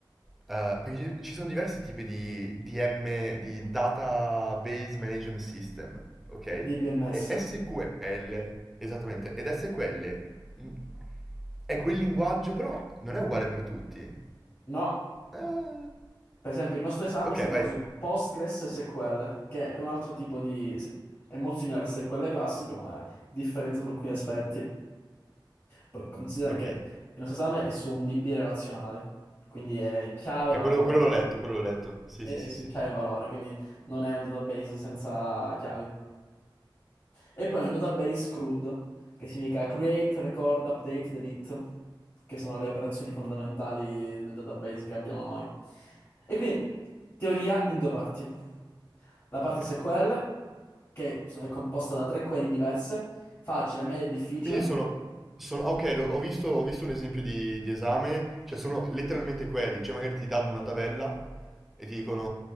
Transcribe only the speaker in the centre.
Eh, perché ci ci sono diversi tipi di DM, di Database Management System, ok?
E SQL, esattamente, ed SQL mh, è quel linguaggio, però non è uguale per tutti.
Eh,
ok,
vai,
ok,
Ok, quello, quello l'ho letto, quello l'ho letto, sì,
sì,
sì,
sì,
ok.
Quindi sono, sono- ah, ok, lo- ho visto, ho visto un esempio di, di esame, cioè sono letteralmente query, cioè magari ti danno una tabella e ti dicono,